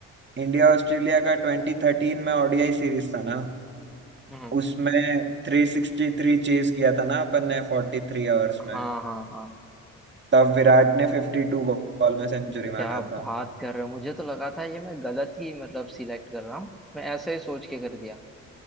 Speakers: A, on the right (about 35°); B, in the centre.
A: इंडिया ऑस्ट्रेलिया का ट्वेंटी थर्टीन में ओडीआई सीरीज था ना
B: हम्म
A: उसमें थ्री सिक्सटी थ्री चेज किया था ना अपन ने फोर्टी थ्री आवर्स
B: हाँ
A: में
B: हाँ हाँ
A: तब विराट ने फिफ्टी टू बॉल में सेंचुरी
B: क्या
A: मारा
B: बात
A: था
B: कर रहे हो मुझे तो लगा था ये मैं गलत ही मतलब सिलेक्ट कर रहा हूँ मैं ऐसे ही सोच के कर दिया